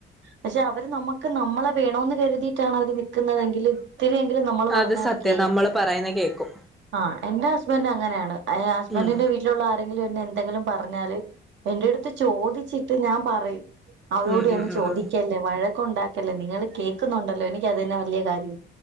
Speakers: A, on the right; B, in the centre.
A: പക്ഷേ അവര് നമ്മക് നമ്മളെ വേണോന്ന് കരുതിയിട്ടാണ് അവര് നി ൽക്കുന്നതെങ്കില് ഒത്തിരിയെങ്കിലും നമ്മൾ
B: അത്
A: പറഞ്ഞ അവര്
B: സത്യം
A: കേൾക്കും
B: നമ്മള് പറയുന്ന കേക്കും
A: ആഹ് എന്റെ ഹസ്ബൻറ്റ് അങ്ങനെയാണ് ഹസ്ബൻഡിന്റെ
B: ഉം
A: വീട്ട വീട്ടിലുള്ള ആരെങ്കിലും എന്നെ എന്തെങ്കിലും പറഞ്ഞാല് എന്റെ അടുത്ത് ചോദിച്ചിട്ട് ഞാൻ പറയും അവരോട്
B: ഉം
A: ഒന്ന്
B: ഉം ഉം
A: ചോദിക്കല്ലേ
B: ഉം
A: വഴക് ഉണ്ടാക്കല്ലേ നിങ്ങൾ കേക്കുന്നുണ്ടല്ലോ എനിക്ക് അത് വല്ല കാര്യം